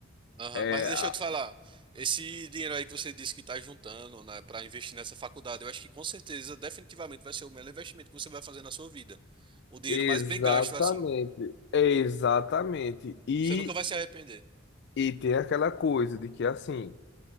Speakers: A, on the right; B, on the left.
A: Aham,
B: É,
A: Mas deixa
B: a-
A: eu te falar, esse dinheiro aí que você disse que tá juntando, né, para investir nessa faculdade, eu acho que com certeza, definitivamente vai ser o melhor investimento que você vai fazer na sua vida. O dinheiro
B: exatamente,
A: mais bem gasto, assim.
B: exatamente. E,
A: Você nunca vai se arrepender.
B: e tem aquela coisa de que assim,